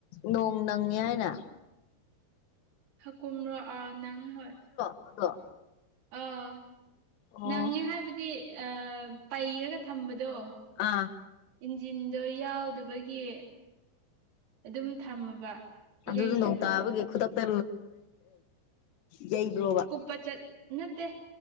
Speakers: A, on the left; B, on the right.
A: ꯅꯣꯡ ꯅꯪꯉꯦ ꯍꯥꯏꯅ
B: ꯍꯀꯨꯝꯔꯣ ꯑꯥ ꯅꯪꯉꯦ ꯍꯣꯏ
A: ꯍꯗꯣ
B: ꯑꯥ
A: ꯑꯣ
B: ꯅꯪꯉꯦ ꯍꯥꯏꯕꯗꯤ ꯄꯩꯔꯒ ꯊꯝꯕꯗꯣ
A: ꯑꯥ
B: ꯏꯟꯖꯤꯟꯗꯣ ꯌꯥꯎꯗꯕꯒꯤ ꯑꯗꯨꯝ ꯊꯝꯃꯕ
A: ꯑꯗꯨꯗ
B: ꯌꯩꯅꯕꯗꯣ
A: ꯅꯣꯡ ꯇꯥꯕꯒꯤ ꯈꯨꯗꯛꯇ ꯌꯩꯕ꯭ꯔꯣꯕ
B: ꯀꯨꯞꯄ ꯆꯠ ꯅꯠꯇꯦ